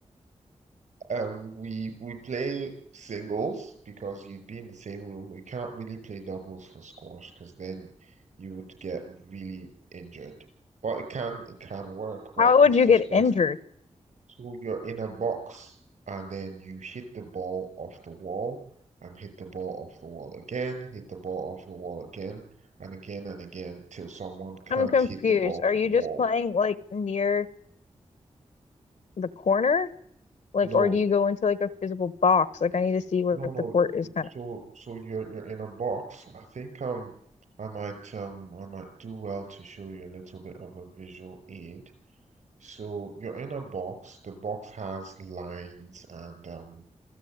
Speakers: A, on the right; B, on the left.
A: Um, we we play singles because you'd be in the same room. We can't really play doubles for squash because then you would get really injured. But it can it can work, but
B: How
A: it's
B: would you
A: just
B: get
A: best.
B: injured?
A: So you're in a box and then you hit the ball off the wall and hit the ball off the wall again, hit the ball off the wall again and again and again till someone can't
B: I'm confused.
A: hit the ball
B: Are
A: to
B: you
A: the wall.
B: just playing like near the corner? Like,
A: No,
B: or do you go into like a physical box? Like, I need to see what
A: No, no.
B: the court is kind of.
A: So, so you're you're in a box. I think um, I might um, I might do well to show you a little bit of a visual aid. So you're in a box. The box has lines and um,